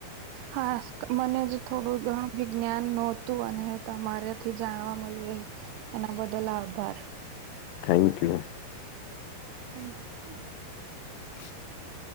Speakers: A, on the right; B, on the left.
A: હા મનેજ થોડું ઘણું વિજ્ઞાન નહોતું અને તમારાથી જાણવા મળ્યું એના બદલ આભાર
B: થેન્ક યુ
A: થેન્ક યુ
B: <inaudible>